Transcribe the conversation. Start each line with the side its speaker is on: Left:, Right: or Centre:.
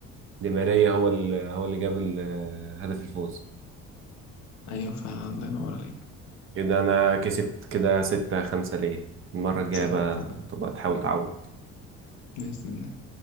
Right: دي ماريا هو اللي هو اللي جاب ال- آه، هدف الفوز
Left: ايوه فعلا الله ينور عليك
Right: كده انا كسبت كده ستة خمسة ليا المرة الجاية
Left: صح
Right: بقى
Left: الله ينور
Right: تبقى تحاول تعوض
Left: بإذن الله